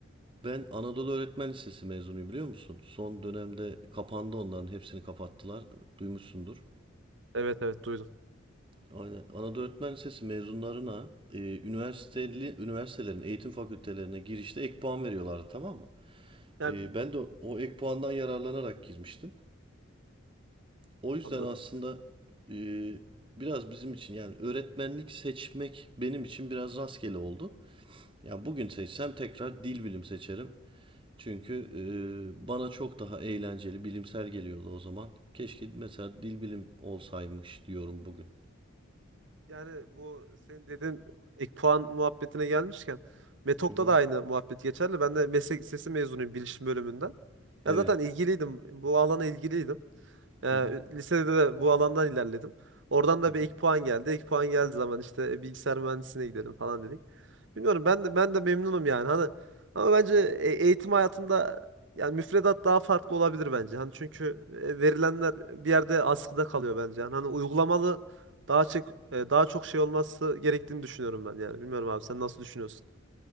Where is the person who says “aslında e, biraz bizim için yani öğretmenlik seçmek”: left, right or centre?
Right